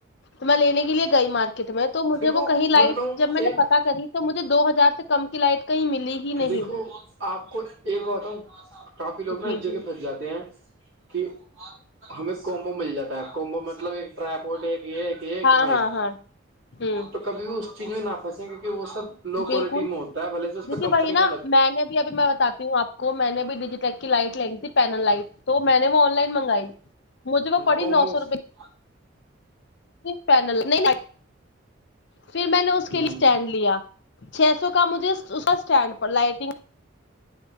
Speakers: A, on the left (about 55°); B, on the right (about 75°).
A: تو میں لینے کے لیے گئی مارکیٹ میں تو مجھے
B: دیکھو
A: وہ کہیں لائٹ
B: میں بتاؤں
A: جب میں
B: ایک
A: نے پتاہ کری ت تو مجھے دو ہزار سے کم کی لائٹ کہیں ملی ہی نہیں
B: دیکھو آپ کو ایک بتا ہوں کافی لوگ نا
A: جی
B: اس جگہ
A: جی
B: پھنس جاتے ہیں کہ ہمیں کومبو مل جاتا ہے کومبو مطلب ایک ٹرائیپورٹ ایک یہ ایک ایک
A: ہاں
B: مائک
A: ہاں ہاں ہوں
B: تو کبھی اس چیز میں نہا پنسے کیکہ وہ سب لو کوالٹی
A: بالکل
B: میں ہوتا ہے بلے سے اس پہ کمپنی
A: بھائی
B: کا
A: نا
B: ہ
A: میں نے بھی اب میں بتاتی ہوں آ کو میں نے بھی ڈیجی ٹک کی لائٹ لین گی تھی پینل لائٹ تو میں نے وہ آن لائن منگائی مجھے وہ پڑی
B: کومبو
A: نو
B: ہ
A: سو روپے پینل پھر میں نے اس کے
B: ہ ہ
A: لیے اسٹینڈ لیا <inaudible> چھ سو کا مجھے اس کا اسٹینڈ پر لائٹنگ